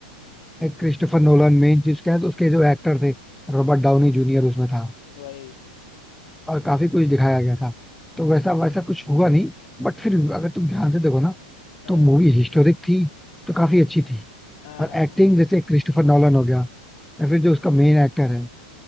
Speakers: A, in the centre; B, on the left.
A: क्रिस्टोफर नोलन मेन चीज क्या है तो उसके जो एक्टर थे रॉबर्ट डाउनी जूनियर उसमें था
B: वही
A: और काफी कुछ दिखाया गया था तो वैसा वैसा कुछ हुआ नहीं बट फिर भी अगर तुम ध्यान से देखो ना
B: हाँ
A: तो मूवी हिस्टोरिक थी तो काफी अच्छी थी
B: हाँ
A: और
B: हाँ
A: एक्टिंग
B: हाँ।
A: जैसे क्रिस्टोफर नॉलन हो गया या फिर जो उसका मेन एक्टर है